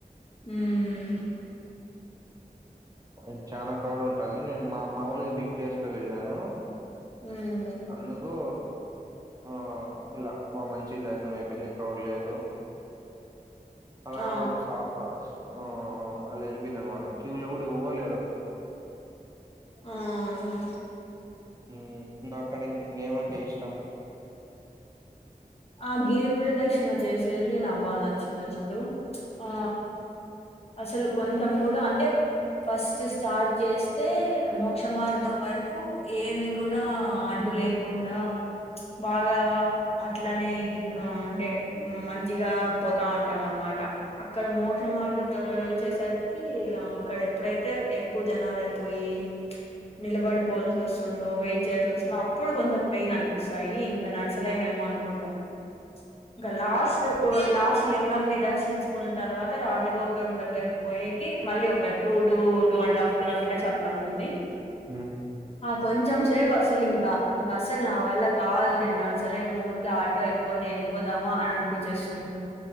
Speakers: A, on the left (about 40°); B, on the right (about 25°).
A: హ్మ్
B: అక్కడ చానా క్రౌడ్ ఉంటుంది నేను మా మామూలుగా వీక్ డేస్ లో వెళ్ళాను
A: ఉమ్
B: ఎందుకు ఆ ఇలా బా మంచి దర్శనం అయిపోయింది క్రౌడ్ లేదు అఆగు
A: ఆ
B: సాఫస్ ఓ ఆలు ఎలిపెన్ తర్వాత క్యూలో కూడ ఎవవలేరు
A: ఆహా
B: ఊ అక్కడ నీకు ఏం అంటే ఇష్టం
A: ఆ గిరి ప్రదక్షిణ చేసేది నాకు బాగా నచ్చింది అసలు ఆ అసలు కొంచెం కూడా అంటే ఫస్ట్ స్టార్ట్ చేస్తే మోక్ష మార్గం వరకు కు ఏమి కూడా అడ్డు లేకుండా ప్చ్ బాగా అట్లనే ఇది అంటే మంచిగా పోతా అంటాం అనమాట అక్కడ మోసం మార్గం దగ్గర వచ్ వచ్చేసరికి అక్కడ ఎప్పుడైతే ఎక్కువ జనాలయిపోయి నిలబడి పోల్సి వస్తుండో వెయిట్ చేయాల్సి వస్తుండో అప్పుడు కొంచెం పెయిన్ అనిపిస్తాయి ఇంకా నడచలేమేమో అను ఉంటాం ఇంకా లాస్ట్ లాస్ట్ లింగం ని దర్శించుకున్న తర్వాత రాజగోపురం దగ్గరకి పోయకి మళ్ళీ ఒక two two two and half kilometres అలా ఉంటుంది
B: ఊ
A: కొంచం సేపు అసలు ఇంకా ఇంకా అసలు నా వళ్ళ కాదు నేన్ నడుసలేను ఊరు ఇగ ఆటో ఎక్కుకొని వెళ్ళిపోదామా అని అనిపిచేస్తుంది